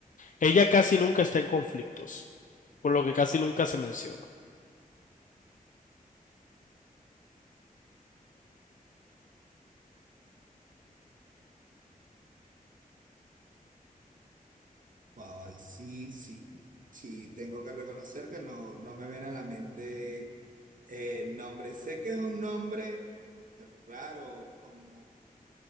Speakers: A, on the left; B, on the right.
A: Ella casi nunca está en conflictos, por lo que casi nunca se menciona.
B: Wow, ahí sí, sí. Sí, tengo que reconocer que no, no me viene a la mente el nombre. Sé que es un nombre raro, como